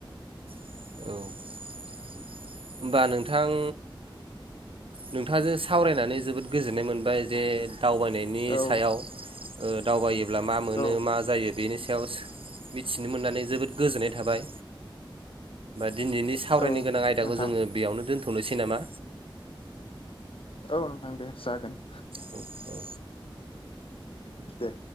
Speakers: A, on the right; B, on the left.
A: औ होमबा नोंथां नोंथांजों सावरायनानै जोबोद गोजोननाय मोनबाय जे दावबायनायनि
B: औ
A: सायाव दावायो अब्ला मा मोनो
B: औ
A: मा जायो बेनि सायाव मिथिनो मोननानै जोबोद गोजोननाय थाबाय दिनैनि सावरायनो
B: औ
A: गोनां आयदाखौ
B: नोंथां
A: जोंङो बेयावनो दोनथ' थ'नोसै नामा
B: औ नोंथां दे जागोन
A: औ औ
B: दे